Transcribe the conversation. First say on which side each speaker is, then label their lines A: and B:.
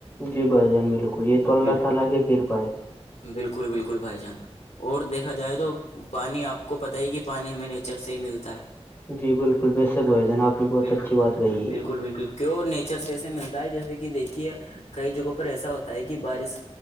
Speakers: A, on the left; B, on the left.
A: جی بھائی جان بالکل یہ تو اللہ
B: بالکل
A: تعالی کرپا ہے
B: بالکل بالکل بھائی جان اور دیکھا جائے تو پانی آپ کو پتا ہے کہ پانی ہمیں نہیں نیچر سے ہی ملتا ہے
A: جی بالکل بے شک بھائی جان آپ نے بہت
B: بالکل
A: اچھی بات کہی
B: بالکل
A: ہے
B: بالکل کیوں نیچر سے ایسے ملتا ہے جیسے کہ دیکھیے کئی جگہوں پر ایسا ہوتا ہے کہ بارش